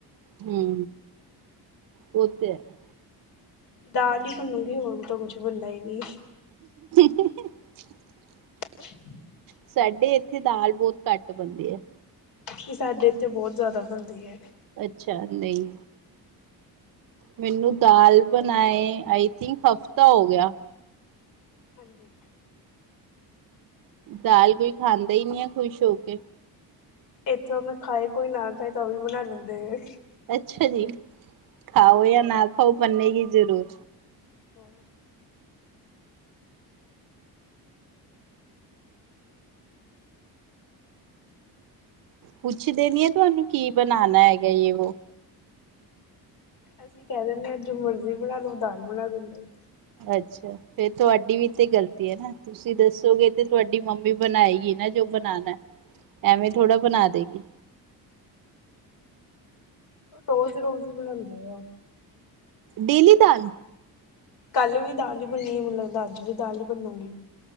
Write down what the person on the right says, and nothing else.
ਹੂੰ ੳਹ ਤੇ ਹੈ।
<inaudible>
ਸਾਡੇ ਇੱਥੇ ਦਾਲ ਬਹੁਤ ਘੱਟ ਬਣਦੀ ਹੈ।
ਅੱਛਾ, ਨਹੀਂ ਮੈਨੂੰ ਦਾਲ ਬਣਾਏ, ਆਈ ਥਿੰਕ ਹਫ਼ਤਾ ਹੋ ਗਿਆ।
ਦਾਲ ਕੋਈ ਖਾਂਦਾ ਹੀ ਨਹੀ ਹੈ ਖ਼ੁਸ਼ ਹੋ ਕੇ।
ਅੱਛਾ ਜੀ, ਖਾਓ ਜਾਂ ਨਾ ਖਾਓ ਬਨੇਗੀ ਜ਼ਰੂਰ।
ਪੁੱਛਦੇ ਨੀ ਏ ਤੁਹਾਨੂੰ ਕੀ ਬਣਾਉਣਾ ਹੈਗਾ ਜੇ, ਵੋ?
ਅੱਛਾ ਫੇਰ ਤੁਹਾਡੀ ਵੀ ਤੇ ਗਲਤੀ ਹੈ ਨਾ, ਤੁਸੀਂ ਦੱਸੋਗੇ ਤੇ ਤੁਹਾਡੀ ਮੰਮੀ ਬਣਾਏਗੀ ਨਾ ਜੋ ਬਨ ਬਣਾਣਾ ਐਵੇਂ ਥੋੜਾ ਬਣਾ ਦੇਗੀ।
ਡੇਲੀ ਦਾਲ,